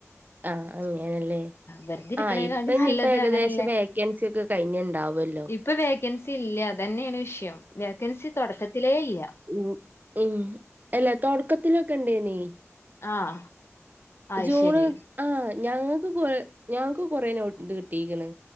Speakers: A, on the right; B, on the left.
A: ആഹ് അങ്ങനെല്ലേ
B: വെറുതെ ഇരിക്കണേക്കാട്ടി
A: ആഹ് ഇപ്പൊ ഇനിയിപ്പോ
B: നല്ലത്
A: ഏകദേശം
B: അങ്ങനെയല്ലേ
A: വേക്കൻസി ഒക്കെ കഴിഞ്ഞുണ്ടാവുല്ലോ
B: ഇപ്പൊ വേക്കൻസി ഇല്ല്യ അത് തന്നെയാണ് വിഷയം വേക്കൻസി തുടക്കത്തിലേ ഇല്ല്യ
A: ഉമ് ഉമ് അല്ല തുടക്കത്തിലൊക്കെ ഉണ്ടേനി
B: ആഹ് അത്
A: ജൂണ്
B: ശരി
A: ആഹ് ഞങ്ങക്ക് കൊറേ ഞങ്ങക്ക് കൊറേ നോട്ട് ഉണ്ട് കിട്ടീക്കണ്